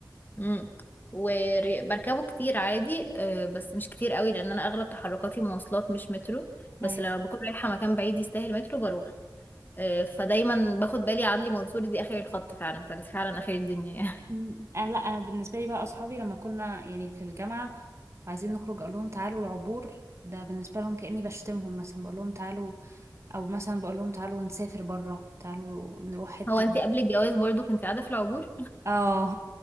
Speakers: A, on the left; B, on the right.
A: امم وبركبه كتير عادي آه، بس مش كتير قوي لان انا اغلب تحركاتي مواصلات مش مترو بس
B: أيوة.
A: لما بكون رايحه مكان بعيد يستاهل مترو بروح آه، فدايما باخد بالي عدلي منصور دي اخر الخط فعلا فانت فعلا اخر الدنيا يعني
B: م- أنا لا أنا بالنسبه لي بقى اصحابي لما كنا يعني في الجامعه عايزين نخرج اقول لهم تعالوا العبور ده بالنسبه لهم كاني بشتمهم مثلا بقول لهم تعالوا او مثلا بقول لهم تعالوا نسافر بره تعالوا نروح
A: <laughs>
B: حته
A: هو انت قبل الجواز برضو كنت قاعده في العبور
B: اه